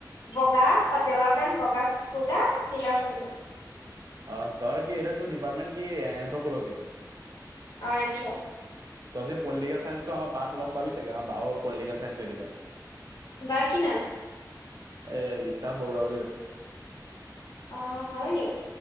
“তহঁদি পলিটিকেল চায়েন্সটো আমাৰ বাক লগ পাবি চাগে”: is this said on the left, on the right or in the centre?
Right